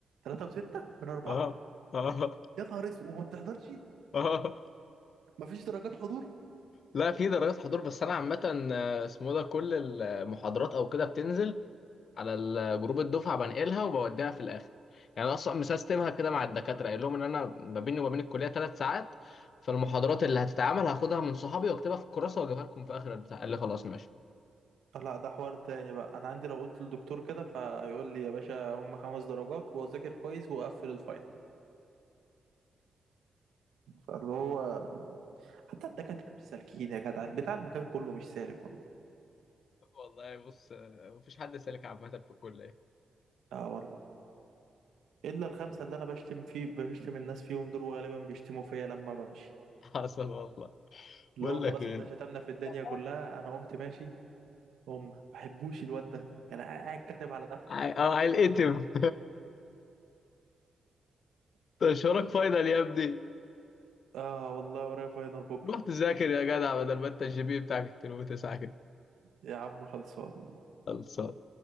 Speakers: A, on the right; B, on the left.
A: تلاتة وستة من أربعة
B: اه اه
A: يا نهار اسود وما بتحضرش
B: اه
A: مفيش درجات حضور
B: لا في درجات حضور بس انا عامه آه، اسمه ده كل المحاضرات او كده بتنزل على ال- جروب الدفعه بنقلها وبوديها في الاخر يعني أنا اصلا مسيستمها كده مع الدكاتره قايل لهم ان انا ما بيني وما بين الكليه ثلاث ساعات فالمحاضرات اللي هتتعمل هاخدها من صحابي واكتبها في الكراسه واجيبها لكم في اخر البتاع قال لي خلاص ماشي
A: لا ده حوار تاني بقى أنا عندي لو قلت للدكتور كده فيقول لي يا باشا هم خمس درجات وأذاكر كويس وأقفل الفاين فاللي هو حتى الدكاترة مش سالكين يا جدع بتاع المكان كله مش سالك والله
B: والله بص آه، مفيش حد سالك عامه في الكليه
A: لا والله إلا الخمسة
B: <laughs>
A: اللي أنا بشتم فيه بشتم الناس فيهم دول وغالبا بيشتموا فيا لما بمشي
B: حصل والله
A: اللي
B: بقول
A: هو خلاص
B: لك ايه
A: إحنا شتمنا في الدنيا
B: <laughs>
A: كلها أنا قمت ماشي هم ما بحبوش الواد ده كان قاعد كاتب على ده
B: ع- اه هيتقتم <laughs> تشهرك فاينل يا ابني
A: آه والله ورايا فاينل بكرة
B: روح تذاكر يا جدع بدل ما انت الجي بي بتاعك 2.9 كده
A: يا عم خلصان
B: خلصان